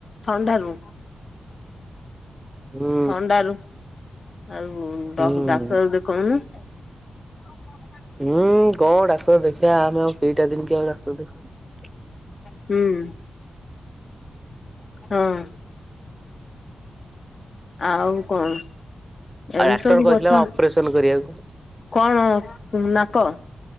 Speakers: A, on the left (about 55°); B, on the right (about 15°).
A: ଥଣ୍ଡାରୁ
B: ହୁଁ
A: ଥଣ୍ଡାରୁ, ଆଉ
B: ହୁଁ।
A: ଡ ଡାକ୍ତର ଦେଖଉନୁ? ହ ହ <unintelligible>
B: ହୁଁ କଣ ଡାକ୍ତର ଦେଖିବା ଆମେ ଆଉ ଦିଟା ଦିନ କି ଆଉ ଡାକ୍ତର ଦେଖଛୁ
A: ହୁଁ ହଁ ଆଉ କଣ,
B: ଆଉ
A: ଏମିତି
B: ଡାକ୍ତର
A: ସବୁ
B: କହିଥିଲା
A: କଥା।
B: ଅପରେସନ କରିବାକୁ ହୁଁ।
A: କଣ ନାକ